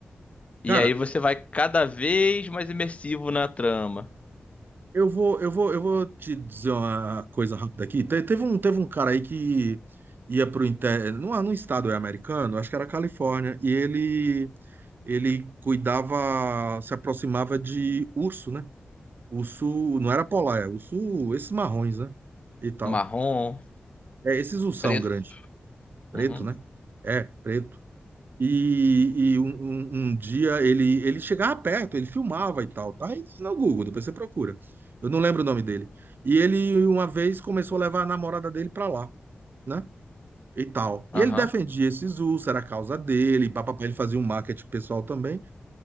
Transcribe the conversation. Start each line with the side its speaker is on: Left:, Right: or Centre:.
Right: Cara,
Left: E aí você vai cada vez mais imersivo na trama.
Right: Eu vou, eu vou, eu vou te dizer uma coisa rápida aqui. Te- teve um, teve um cara aí que ia pro inter, num, num estado é americano, acho que era Califórnia, e ele ele cuidava, se aproximava de urso, né? Urso, não era polar, é urso, esses marrons, né? E tal.
Left: Marrom,
Right: É, esses ursão
Left: preto.
Right: grande, preto,
Left: Uhum.
Right: né? É, preto. E, e um, um- um dia ele, ele chegava perto, ele filmava e tal, tá? Isso no Google, depois você procura. Eu não lembro o nome dele. E ele uma vez começou a levar a namorada dele pra lá, né? E tal.
Left: Aham.
Right: E ele defendia esse Zul, era a causa dele, papapá, ele fazia um marketing pessoal também.